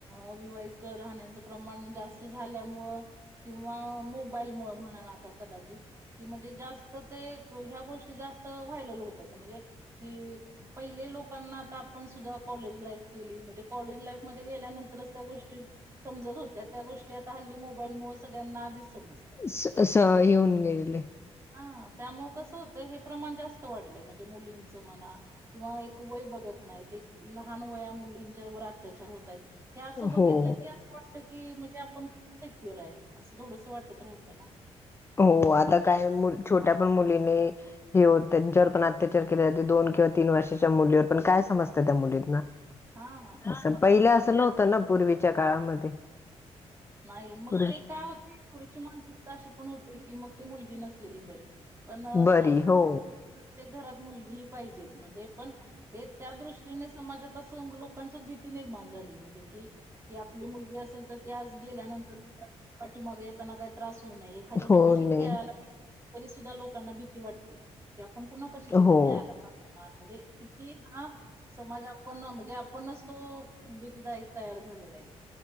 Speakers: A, on the right; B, on the left.
A: अविवाहित राहण्याचं प्रमाण जास्त झाल्यामुळं किंवा मोबाईलमुळं म्हणा कदाचित की म्हणजे जास्त ते ह्या गोष्टी जास्त व्हायरल होतात म्हणजे की पहिले लोकांना आता आपण सुद्धा कॉलेज लाईफ केली म्हणजे कॉलेज लाईफमध्ये गेल्यानंतरच त्या गोष्टी समजत होत्या त्या गोष्टी आता हल्ली मोबाईलमुळे सगळ्यांना आधीच समजतायेत.
B: स अस येऊन गेलेले.
A: हा त्यामुळे कसं होतं हे प्रमाण जास्त वाढलंय म्हणजे मुलींच म्हणा किंवा एक वय बघत नाहीत एक लहान वया मुलींच्या वर अत्याचार होत आहेत. हे असं बघितलं
B: हो.
A: की असं वाटत की म्हणजे आपण किती सेक्युर आहे असं थोडसं वाटत राहतं ना?
B: हो आता काय मु छोट्या पण मुलीनी हे हो त्यांच्यावर पण अत्याचार केले जाते दोन किंवा तीन वर्षाच्या मुलीवर पण काय समजतं त्या मुलींना.
A: हां,
B: असं
A: मग
B: पहिल्या
A: ते
B: असं नव्हतं ना पूर्वीच्या काळामध्ये.
A: नाही मग
B: पूर्वी
A: ते काय होते थोडीशी मानसिकता अशी पण होते की मग ते मुलगी नसलेली बरी. पण
B: बरी
A: खरं सां
B: हो.
A: <inaudible> प्रत्येक घरात मुलगीही पाहिजेच म्हणजे पण हे त्या दृष्टीने समाजात असं लोकांच्यात भीती निर्माण झाली म्हणजे जे की, की आपली मुलगी असेल तर ती आज गेल्यानंतर <inaudible> माग येताना काही त्रास होऊ नये एखाद्याच्या
B: हो
A: पाशी
B: नाही
A: खेळायला <inaudible> तरी सुद्धा लोकांना भीती वाटते. कि आपण कुणापशी तिला
B: हो
A: खेळायला पाठवणार म्हणजे किती हा समाज आपण म्हणजे आपणच तो भीतीदायक तयार झालेला आहे तो